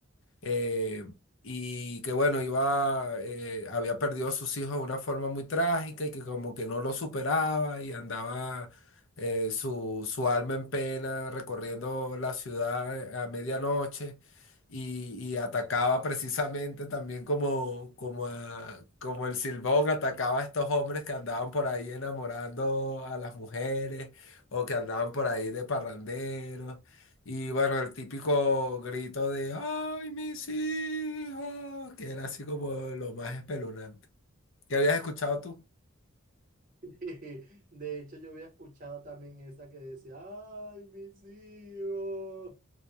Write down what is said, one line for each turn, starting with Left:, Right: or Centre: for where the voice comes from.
Left: eh, y que bueno, iba, eh, había perdido a sus hijos de una forma muy trágica y que como que no lo superaba y andaba eh, su, su alma en pena recorriendo la ciudad a medianoche y, y atacaba precisamente también como, como, a- como el Silbón atacaba a estos hombres que andaban por ahí enamorando a las mujeres o que andaban por ahí de parranderos. Y bueno, el típico grito de ¡Ay, mis hijos! Que era así como lo más espeluznante. ¿Qué habías escuchado tú?
Right: <laughs> De hecho, yo había escuchado también esa que decía, ay, mis hijos.